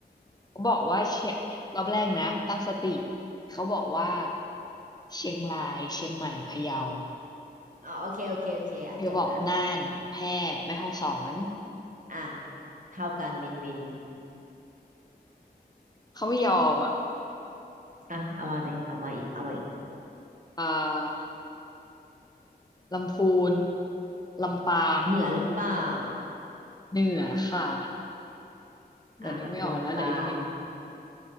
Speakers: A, on the left; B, on the right.
A: เขาบอกว่าเชียงรอบแรกนะตั้งสติเขาบอกว่าเชียงรายเชียงใหม่พะเยา
B: อ๋อโอเคโอเคโอเคอ่ะจบละ
A: เธอบอกน่านแพร่แม่ฮ่องสอน
B: อมอ่ะเท่ากันวินวิน
A: เขาไม่ยอมอ่ะ
B: อ่ะเอามาเลยเอามาอีกเอามาอีก
A: อ่าลำพูนลำปาง
B: เหนือหรือเปล่า
A: เหนือค่ะเดี๋ยวนึกไม่ออกแล้วเหลืออีกหนึ่ง
B: อ่ะลำพูนลำปาง